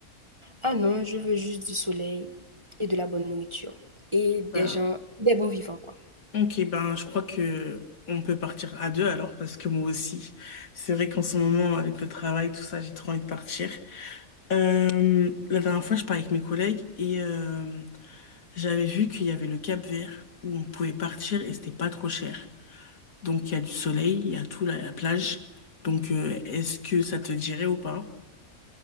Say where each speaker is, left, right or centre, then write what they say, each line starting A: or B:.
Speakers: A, on the right; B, on the left.
A: Ah non, je veux juste du soleil et de la bonne nourriture et des
B: Ben,
A: gens, des bons vivants quoi.
B: ok, ben je crois que on peut partir à deux alors parce que moi aussi, c'est vrai qu'en ce moment avec le travail tout ça, j'ai trop envie de partir. Euh, la dernière fois, je parlais avec mes collègues et euh, j'avais vu qu'il y avait le Cap-Vert où on pouvait partir et c'était pas trop cher. Donc il y a du soleil, il y a tout là, la plage. Donc euh, est-ce que ça te dirait ou pas?